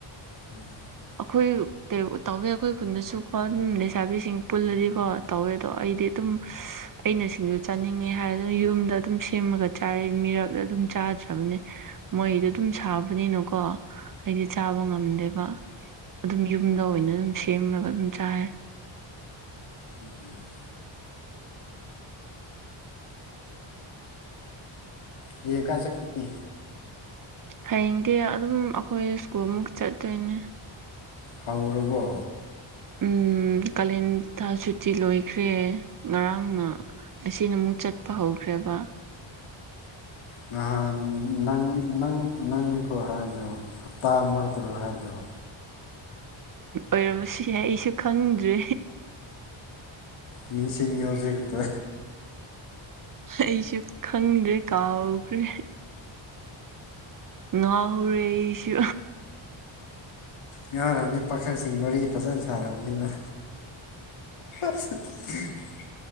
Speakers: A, on the left; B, on the right.
A: <inaudible>
B: ꯑꯩꯈꯣꯏ ꯇꯧꯋꯦ ꯑꯩꯈꯣꯏ ꯈꯨꯟꯗꯁꯨꯀꯣ ꯑꯗꯨꯝ ꯂꯩꯁꯥꯕꯤꯁꯤꯡ ꯄꯨꯜꯂꯗꯤꯀꯣ ꯇꯧꯋꯦ ꯑꯗꯣ ꯑꯩꯗꯤ ꯇꯨꯝ ꯑꯩꯅ ꯁꯤꯡꯖꯨ ꯆꯥꯅꯤꯡꯉꯦ ꯍꯥꯏꯔ ꯑꯗꯨꯅ ꯌꯨꯝꯗ ꯑꯗꯨꯝ ꯁꯦꯝꯃꯒ ꯆꯥꯔ ꯃꯤꯔꯛ ꯑꯗꯨꯝ ꯆꯥꯗ꯭ꯔꯕꯅꯦ ꯃꯣꯏꯗꯣ ꯑꯗꯨꯝ ꯁꯥꯕꯅꯤꯅꯀꯣ ꯑꯩꯗꯤ ꯆꯥꯕ ꯉꯝꯗꯦꯕ ꯑꯗꯨꯝ ꯌꯨꯝꯗ ꯑꯣꯏꯅ ꯑꯗꯨꯝ ꯁꯦꯝꯃꯒ ꯑꯗꯨꯝ ꯆꯥꯏ
A: <inaudible> ꯍꯌꯦꯡ ꯀꯥꯏ ꯆꯠꯀꯅꯤ
B: ꯍꯌꯦꯡꯗꯤ ꯑꯗꯨꯝ ꯑꯩꯈꯣꯏ ꯏꯁ꯭ꯀꯨꯜ ꯃꯨꯛ ꯆꯠꯇꯣꯏꯅꯦ
A: ꯍꯧꯔꯕꯣ
B: ꯎꯝ ꯀꯥꯂꯦꯟ ꯊꯥ ꯁꯨꯇꯤ ꯂꯣꯏꯈ꯭ꯔꯦ ꯉꯔꯥꯡꯅ ꯉꯥꯁꯤꯅ ꯑꯃꯨꯛ ꯆꯠꯄ ꯍꯧꯈ꯭ꯔꯦꯕ
A: ꯅꯍꯥꯟ ꯅꯪ ꯅꯪ ꯅꯪꯅꯤꯀꯣ ꯍꯥꯏꯕꯗ ꯍꯞꯇꯥ ꯑꯃꯈꯛꯇꯔꯣ ꯍꯥꯏꯕꯗꯣ
B: ꯑꯣꯏꯔꯝꯁꯨ ꯌꯥꯏ ꯑꯩꯁꯨ ꯈꯪꯗ꯭ꯔꯦ
A: ꯃꯤꯁꯤꯡ ꯌꯦꯜ ꯆꯇꯥ
B: ꯑꯩꯁꯨ ꯈꯪꯗ꯭ꯔꯦ ꯀꯥꯎꯈ꯭ꯔꯦ ꯉꯥꯎꯔꯩ ꯑꯩꯁꯨ
A: ꯉꯥꯔꯅꯤ ꯄꯥꯈꯪꯁꯤꯡ ꯋꯥꯔꯤ ꯐꯖꯅ ꯁꯥꯔꯕꯅꯤꯅ <unintelligible>